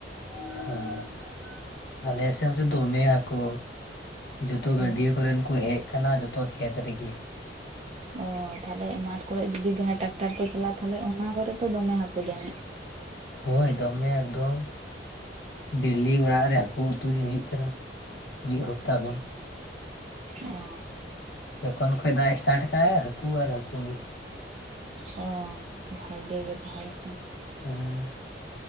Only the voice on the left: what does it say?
<unintelligible> ᱟᱞᱮ ᱥᱮᱱ ᱫᱚ ᱫᱚᱢᱮ ᱦᱟᱠᱩ᱾ ᱡᱚᱛᱚ ᱜᱟᱹᱰᱭᱟᱹ
ᱠᱚᱨᱮᱱ ᱠᱚ ᱦᱮᱡ ᱟᱠᱟᱱᱟ ᱡᱚᱛᱚ ᱠᱷᱮᱛ ᱨᱮᱜᱮ᱾
<inaudible> ᱦᱚᱭ ᱫᱚᱢᱮ ᱮᱠᱫᱚᱢ, ᱰᱮᱞᱤ ᱚᱲᱟᱜ ᱨᱮ ᱦᱟᱹᱠᱩ ᱩᱛᱩ ᱜᱮ ᱦᱩᱭᱩᱜ ᱠᱟᱱᱟ᱾ ᱢᱤᱫ ᱦᱚᱯᱛᱟ ᱠᱷᱚᱱ᱾
ᱡᱚᱠᱷᱚᱱ ᱠᱷᱚᱡ ᱫᱟᱜ ᱮᱥᱴᱟᱴ ᱠᱟᱜ-ᱟᱭ ᱦᱟᱹᱠᱩ ᱟᱨ ᱦᱟᱹᱠᱩ ᱜᱮ᱾
ᱦᱮᱸ᱾